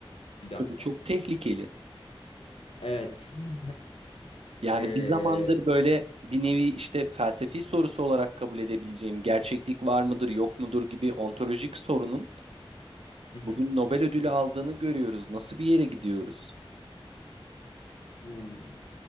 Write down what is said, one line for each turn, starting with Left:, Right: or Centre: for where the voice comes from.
Left: Bir dakika.
Right: Ve bu çok tehlikeli.
Left: Evet. <laughs>
Right: Yani
Left: Ee,
Right: bir zamandır böyle bir nevi işte felsefi sorusu olarak kabul edebileceğim gerçeklik var mıdır yok mudur gibi ontolojik sorunun
Left: hı hı.
Right: bugün Nobel ödülü aldığını görüyoruz. Nasıl bir yere gidiyoruz?
Left: Bu-